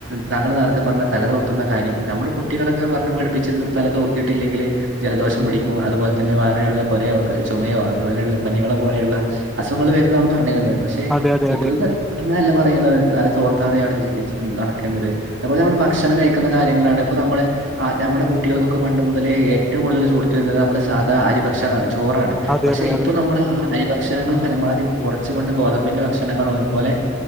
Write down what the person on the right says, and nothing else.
താങ്കൾ നേരത്തെ പറഞ്ഞ തല തോർുന്ന കാര്യം നമ്മ കുട്ടികളൊക്കെ പറഞ്ഞു പഠിപ്പിച്ചിന്ന് തല തോർത്തിട്ട് ഇല്ലെങ്കിൽ ജലദോഷം പിടിക്കും അതുപോലെ തന്നെ വേറെയുള്ള കുരയോ ചുമയോ അതുപോലെയുള്ള പനികളെ പോലെയുള്ള അസുഖങ്ങൾ വരുന്നള് പറഞ്ഞണ്ടുന്നത് പക്ഷെ
ഇപ്പോ അങ്ങനെയല്ല പറയണ്ടത് തല ചോർത്താതെയാണ് നടക്കേണ്ടത് അതുപോലെ നമ്മള് ഭക്ഷണം കഴിക്കുന്ന കാര്യങ്ങളാണ് ഇപ്പോ നമ്മള് നമ്മുടെ കുട്ടികൾക്കൊക്കെ പണ്ട ഏറ്റവും കൂടുതൽ സുഹത്ത് വരുന്നത് നമ്മുടെ സാധാ ആരിഭക്ഷണണം ആണ് ചോറാണ്
പക്ഷെ
ഇപ്പ
നമ്മൾ അ അരി ഭക്ഷണങ്ങൾ പരമാവധി കുറച്ചുകൊണ്ട് ഗോതമ്പിന്റെ ഭക്ഷണങ്ങളും അതുപോലെ